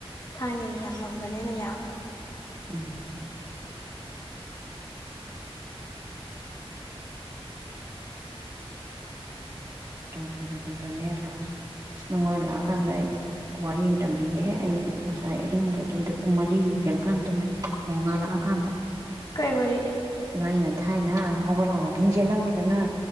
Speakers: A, on the left; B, on the right.
A: ꯊꯥꯏꯅꯒꯤ ꯌꯥꯝꯃꯝꯕꯅꯤꯅ ꯌꯥꯝꯕ
B: ꯎꯝ ꯇꯧꯔꯤꯕ ꯖꯃꯦꯂꯥꯁ ꯅꯪ ꯍꯣꯔꯦꯟ ꯂꯥꯛꯑꯀꯥꯟꯗ ꯑꯩ ꯋꯥꯔꯤ ꯑꯃ ꯇꯝꯕꯤꯒꯦꯍꯦ ꯑꯩ ꯉꯁꯥꯏ ꯑꯍꯤꯡꯒ ꯇꯨꯝꯗꯦ ꯄꯨꯡ ꯃꯔꯤ ꯍꯦꯜꯂ ꯀꯥꯟꯗ ꯇꯨꯝꯃꯦ ꯅꯣꯡꯉꯥꯜꯂꯛꯑꯀꯥꯟꯗ
A: ꯀꯩ ꯋꯥꯔꯤ
B: ꯏꯕꯥꯟꯅꯤꯅ ꯊꯥꯏꯅ ꯍꯧꯒꯠꯂꯥ ꯋꯥꯛꯀꯤꯡ ꯆꯦꯜꯂꯝꯃꯤꯗꯅ